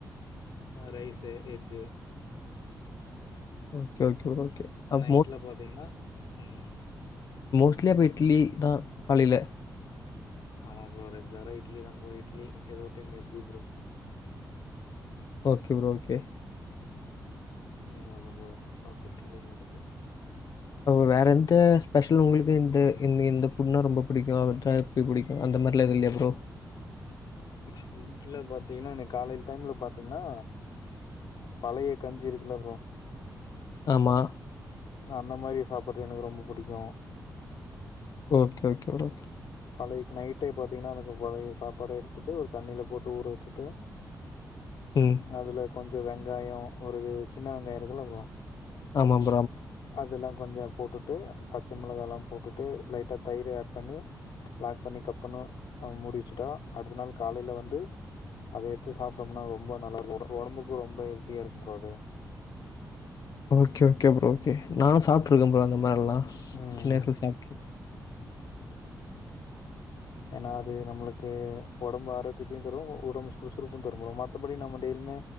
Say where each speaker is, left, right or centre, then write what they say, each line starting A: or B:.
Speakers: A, on the left; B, on the left.
A: அ rice egg
B: okay okay bro okay. அப்ப
A: நைட்ல பாத்தீங்னா ம்
B: மோஸ்லி அப்ப இட்லி தா காலைல
A: ஆமா ப்ரோ ரெகுலரா இட்லி தா ப்ரோ இட்லி எதோ time egg bro
B: okay bro okay
A: இந்த மாரி தா ப்ரோ சாப்ட்டுட்டு இருக்கதாருக்கு
B: அப்ப வேற எந்த ஸ்பெஷல் உங்ளுக்கு இந்த இந் இந்த ஃபுட்னா ரொம்ப புடிக்கு <unintelligible> புடிக்கு அந்த அந்த மாரிலா எது இல்லியா ப்ரோ
A: ஃபுட்ல பாத்தீங்னா எனக்கு காலேஜ் டைம்ல பாத்தீங்னா பழைய கஞ்சி இருக்குல ப்ரோ
B: ஆமா
A: அந்த மாரி சாப்புற எனக்கு ரொம்ப புடிக்கு
B: ஓகே ஓகே ப்ரோ
A: பழைய நைட்டே பாத்திங்கன்னா அதுக்கு பழைய சாப்பாட எடுத்துட்டு ஒரு தண்ணில போட்டு ஊற வச்சுட்டு
B: ம்.
A: அதுல கொஞ்சோ வெங்காயோ ஒரு சின்ன வெங்காயோ இருக்குல்ல ப்ரோ
B: ஆமா ப்
A: அதுல்லா கொஞ்சோ போட்டுட்டு பச்ச மிளகாலா போட்டுட்டு லைட்டா தயிர் ஆட் பண்ணி லாக் பண்ணி கப்புனு முடி வச்சுட்டா அடுத்த நாள் காலைல வந்து அத எடுத்து சாப்ட்டோம்னா ரொம்ப நல்லாருக்கு ஒடம்பு ஒடம்புக்கு ரொம்ப ஹெல்த்தியாருக்கு ப்ரோ அது
B: ஓகே ஓகே ப்ரோ ஓகே நானு சாப்ட்டுருக்கே ப்ரோ அந்த மாரிலா
A: ம்
B: சின்ன வய்சுல சாப்ட்டே
A: ஏனா அது நம்ளுக்கு ஒடம்பு ஆரோக்கியத்தையு தரும் ஒ ஒடம்பு சுறுசுறுப்பு தரு ப்ரோ மத்தபடி நம்ம டெய் யுமே